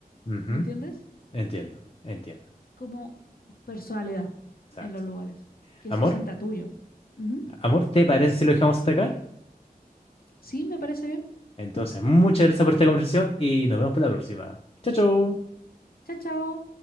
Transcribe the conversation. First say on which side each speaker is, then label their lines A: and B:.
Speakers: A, on the left; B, on the left.
A: Ujú,
B: ¿Me entiendes?
A: Entiendo, entiendo.
B: Como personalidad
A: Exacto.
B: en los lugares, que
A: Amor,
B: se sienta tuyo. Ujú.
A: amor, ¿te parece si lo dejamos hasta acá?
B: Sí, me parece bien.
A: Entonces, muchas gracias por esta conversación y nos vemos para la próxima. Chao, chao.
B: Chao, chao.